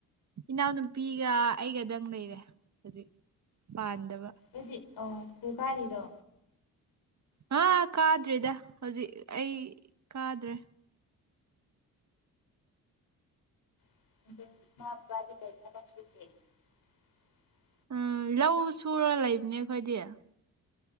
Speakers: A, on the right (about 50°); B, on the left (about 70°).
A: ꯏꯅꯥꯎꯅꯨꯄꯤꯒ ꯑꯩꯒꯗꯪ ꯂꯩꯔꯦ ꯍꯧꯖꯤꯛ ꯄꯥꯟꯗꯕ
B: ꯑꯩꯗꯤ ꯑꯣ ꯁꯨꯒꯥꯥꯔꯤꯗꯣ
A: ꯍꯥꯥ ꯀꯥꯗ꯭ꯔꯤꯗ ꯍꯧꯖꯤꯛ ꯑꯩ ꯀꯥꯗ꯭ꯔꯦ
B: ꯦ
A: ꯎꯝ ꯂꯧ ꯁꯨꯔꯒ ꯂꯩꯕꯅꯦ ꯑꯩꯈꯣꯏꯗꯤ